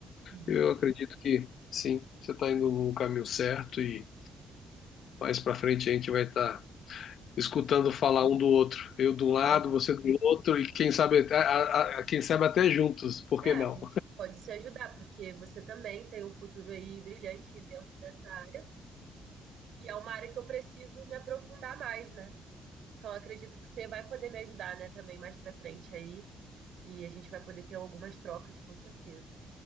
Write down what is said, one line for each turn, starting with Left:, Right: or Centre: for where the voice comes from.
Right: Uhum.
Left: Eu acredito que sim, você está indo no caminho certo e mais para frente a gente vai estar escutando falar um do outro. Eu de um lado,
Right: Olha,
Left: você do outro e quem sabe, até- a- a- a- quem sabe até juntos, por
Right: é,
Left: que
Right: a
Left: não?
Right: gente pode se ajudar, porque você também tem um futuro aí brilhante dentro dessa área, e é uma área que eu preciso me aprofundar mais, né? Então, acredito que você vai poder me ajudar, né, também mais pra frente aí, e a gente vai poder ter algumas trocas, com certeza.